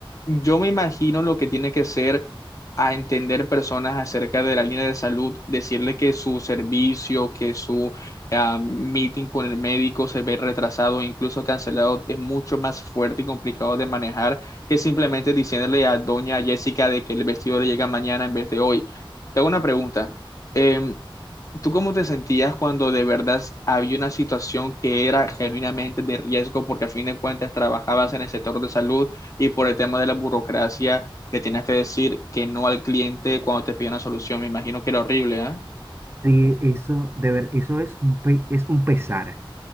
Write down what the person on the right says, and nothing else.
Sí, eso, de ver, eso es un, pe- es un pesar.